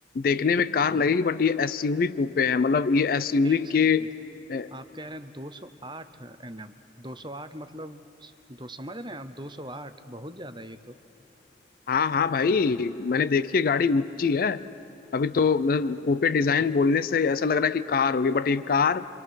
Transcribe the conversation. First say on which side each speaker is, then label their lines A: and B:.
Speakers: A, on the left (about 50°); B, on the right (about 25°).
A: देखने में कार लगेगी बट ये एसयूवी कूपे है मतलब ये एसयूवी
B: एक सेकेंड
A: के ए,
B: आप कह रहे हैं 208 एनएम 208 मतलब दो समझ रहे हैं आप 208 बहुत ज्यादा है ये तो
A: हाँ हाँ भाई मैंने देखी है गाड़ी ऊंची है अभी तो मतलब कूपे डिजाइन बोलने से ऐसा लग रहा है कि कार होगी बट ये कार